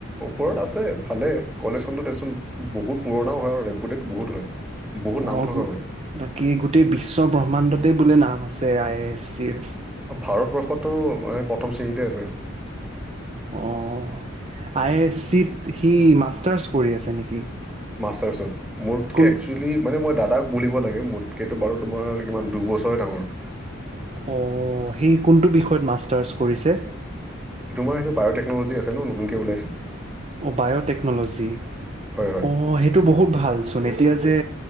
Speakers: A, in the centre; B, on the right.
A: ওপৰত আছে ভালে কলেজখনত দেচোন বহুত পুৰণাও হয় আৰু ৰেপুটেড বহুত হয়। বহুত নাম
B: অ'
A: থকা
B: গো
A: হয়
B: বাকী গোটেই বিশ্ব ব্ৰহ্মাণ্ডতে বোলে নাম আছে আই এ এছ চিৰ।
A: ভাৰতবৰ্ষতো মানে প্ৰথম শ্ৰেণীতে আছে।
B: অ' আই এছ চিত সি মাষ্টাৰ্চ কৰি আছে নেকি?
A: মাষ্টাৰ্চত মোতকে
B: কোন
A: একচেলি মানে মই দাদাক বুলিব লাগে। মোতকে বাৰু, তোমাৰ কিমান দুবছৰে ডাঙৰ।
B: অ' সি কোনটো বিষয়ত মাষ্টাৰ্চ কৰিছে?
A: তোমাৰ সেইটো বায় টেকনলজি আছে ন, নতুনকে ওলাইছে।
B: অ' বায়'টেকনলজি,
A: হয় হয়
B: অ' সেইটো বহুত ভাল। চোন এতিয়া যে